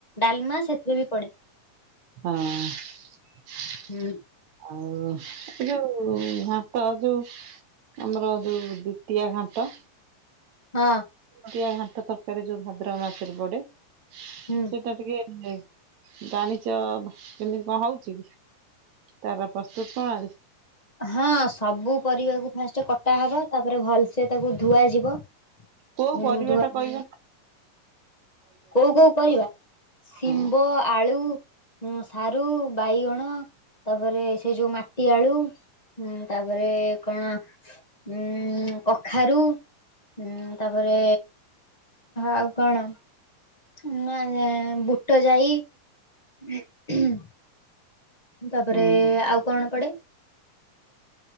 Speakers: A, on the left (about 20°); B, on the right (about 60°).
A: ଡାଲମା ସେଥିରେ ବି ପଡେ। ଫାଙ୍କା ଅଡ଼ିଓ।
B: ହଁ।
A: ହୁଁ।
B: ଆଉ ଏ ଯୋଉ ଘାଣ୍ଟ ଯୋଉ ଆମର ଯୋଉ ଦ୍ଵିତୀୟା ଘାଣ୍ଟ।
A: ହଁ।
B: ନଡିଆ ଘାଣ୍ଟ ତରକାରୀ ଯୋଉ ଭାଦ୍ରବ ମାସରେ ପଡେ।
A: ହୁଁ।
B: ସେଟା ଟିକେ ଜାଣିଚ କେମିତି କଣ ହଉଚି? ତାର ପ୍ରସ୍ତୁତ ପ୍ରଣାଳୀ।
A: ହଁ ସବୁ ପରିବାକୁ ଫାଷ୍ଟ କଟା ହବ ତାପରେ ଭଲସେ ତାକୁ ଧୁଆ ଯିବ।
B: କୋଉ
A: ଉଁ
B: ପରିବା ଟା କହିଲେ?
A: କୋଉ କୋଉ ପରିବା ଶିମ୍ବ
B: ହଁ
A: ଆଳୁ ଉଁ ସାରୁ ବାଇଗଣ ତାପରେ ସେ ଯୋଉ ମାଟି ଆଳୁ ତାପରେ କଣ ଉଁ କଖାରୁ। ଉଁ ତାପରେ ଆଉ କଣ? <unintelligible> ବୁଟ ଯାଇ। ତାପରେ
B: ଓହୋ।
A: ଆଉ କଣ ପଡେ